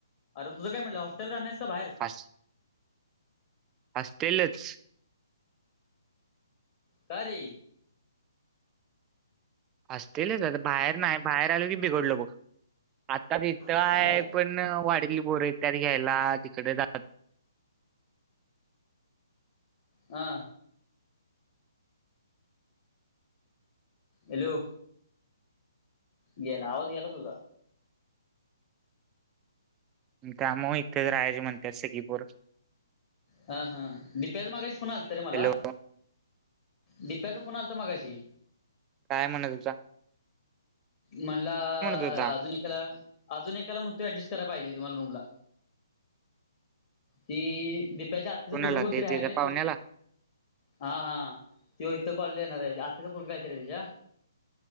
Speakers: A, on the left; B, on the right.
A: अर तुझ काय म्हटलं हाॅस्टेलला राहणार आहेस का बाहेर?
B: हास हास्टेलच.
A: कारे?
B: हास्टेलच आता बाहेर नाही, बाहेर आलो की बिघडलो बघ. आता तिथं
A: हा
B: आहे पण, वाडितली पोर येत्यात घ्यायला तिकडे ज
A: हा. हॅलो. गेला आवाज गेला तुझा.
B: मग कामाव इथेच राहायच म्हणतात सगळी पोरं.
A: हा हा दिप्याचा मागाशी फोन आला रे मला.
B: हॅलो
A: दिप्याचा फोन आलता मागाशी.
B: काय म्हणत् हुता?
A: म्हणला
B: होता
A: -अजून एकाला. अजून एकाला म्हणतोय ऍडजस्ट करायला पाहिजे तुम्हाला रूमला. ती दिप्याच्या आत्तीच
B: कुणाला
A: पूर्गं कोणतरी आहे
B: त्याच्या
A: रे
B: पाहुण्याला?
A: ते प हा हा ते इथं कॉलेज येणार आहे आत्ताच फलगा येत रे तच्या.